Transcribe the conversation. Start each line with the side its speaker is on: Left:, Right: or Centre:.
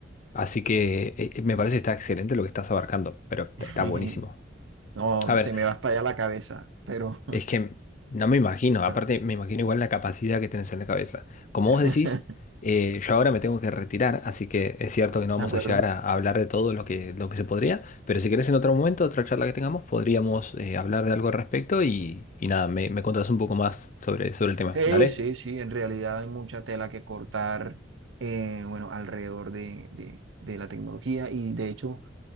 Left: Así que eh, eh, me parece que está excelente lo que estás abarcando, pero
Right: <laughs>
Left: está buenísimo.
Right: No,
Left: A ver,
Right: se me va a estallar la cabeza, pero, <laughs>
Left: es que no me imagino,
Right: pero,
Left: aparte me imagino igual la capacidad que tenés en la cabeza. Como
Right: <laughs>
Left: vos decís, eh, yo ahora me tengo que retirar, así que es cierto que no vamos
Right: ¿de acuerdo?
Left: a llegar a, a hablar de todo lo que, lo que se podría, pero si querés en otro momento, otra charla que tengamos, podríamos eh, hablar de algo al respecto y, y nada, me, me contás un poco más sobre, sobre el tema.
Right: Sí,
Left: Dale,
Right: sí, sí, en realidad hay mucha tela que cortar, eh, bueno, alrededor de, de de la tecnología y de hecho...